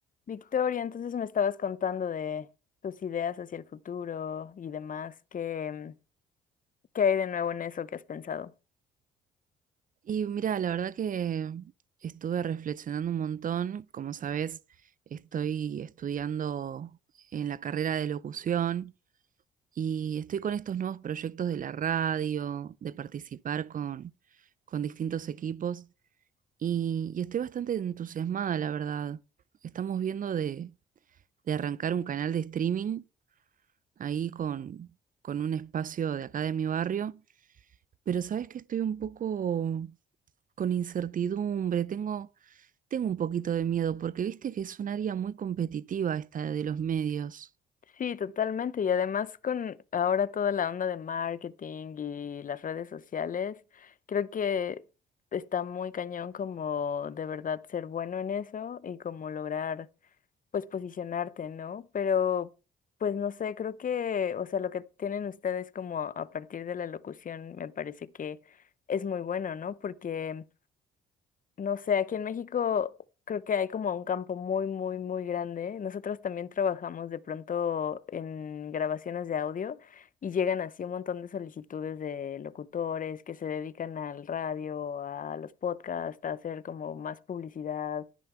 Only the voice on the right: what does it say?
Y mira, la verdad que estuve reflexionando un montón. Como sabes, estoy estudiando en la carrera de locución y estoy con estos nuevos proyectos de la radio, de participar con, con distintos equipos y, y estoy bastante entusiasmada, la verdad. Estamos viendo de, de arrancar un canal de streaming ahí con, con un espacio de acá de mi barrio, pero sabes que estoy un poco con incertidumbre, tengo Tengo un poquito de miedo porque viste que es un área muy competitiva esta de los medios.